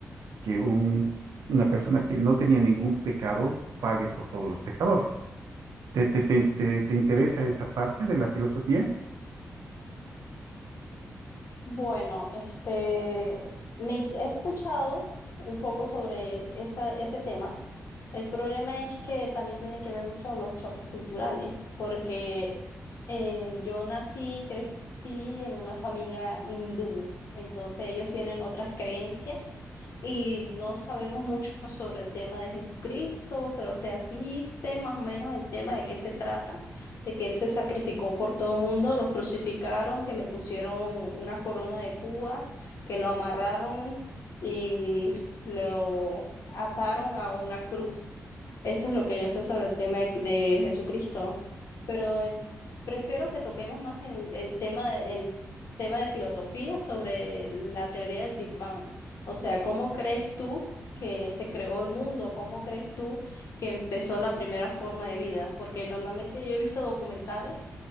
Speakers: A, on the right; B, on the left.
A: que un- una persona que no tenía ningún pecado pague por todos los pecadores. ¿Te, te, te, te- te interesa esa parte de la filosofía?
B: Bueno, este, me int- he escuchado un poco sobre esa- ese tema. El problema es que también tiene que ver mucho los choques culturales, porque eh, yo nací, crecí en una familia hindú, entonces ellos tienen otras creencias y no sabemos mucho sobre el tema de Jesucristo, pero o sea, sí sé más o menos el tema de qué se trata de que él se sacrificó por todo el mundo, lo crucificaron, que le pusieron una corona de púas, que lo amarraron y lo ataron a una cruz. Eso es lo que yo sé sobre el tema de, de Jesucristo. Pero eh, prefiero que toquemos más el, el tema de, en tema de filosofía sobre la teoría del Big Bang. O sea, ¿cómo crees tú que se creó el mundo? ¿Cómo crees tú que empezó la primera forma de vida, porque normalmente yo he visto documentales